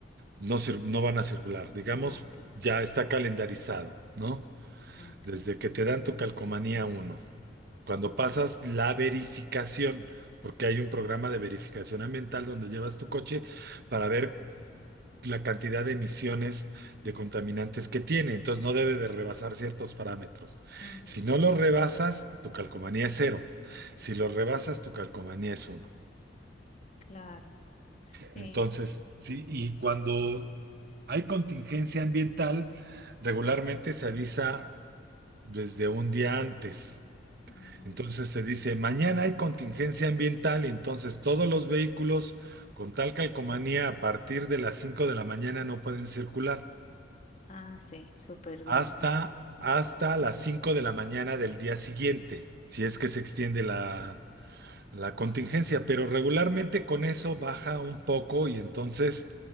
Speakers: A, on the right (about 55°); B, on the left (about 40°).
A: no, cir- no van a circular. Digamos,
B: Ah, ok,
A: ya está calendarizado, ¿no?
B: ok.
A: Desde que te dan tu calcomanía uno Cuando
B: Ujú,
A: pasas la verificación, porque hay un programa de verificación ambiental donde llevas tu coche para ver la cantidad de emisiones de contaminantes que tiene. Entonces no debe de rebasar ciertos parámetros.
B: ujú,
A: Si no lo rebasas, tu calcomanía es cero. Si lo rebasas, tu calcomanía es uno.
B: Claro, sí.
A: Entonces, sí, y cuando hay contingencia ambiental, regularmente se avisa desde un día antes.
B: ujú.
A: Entonces se dice, mañana hay contingencia ambiental y entonces todos los vehículos con tal calcomanía a partir de las 5 de la mañana no pueden circular.
B: Ah, sí, súper bien.
A: hasta, hasta las 5 de la mañana del día siguiente, si es que se extiende la, la contingencia, pero regularmente con eso baja un poco y entonces,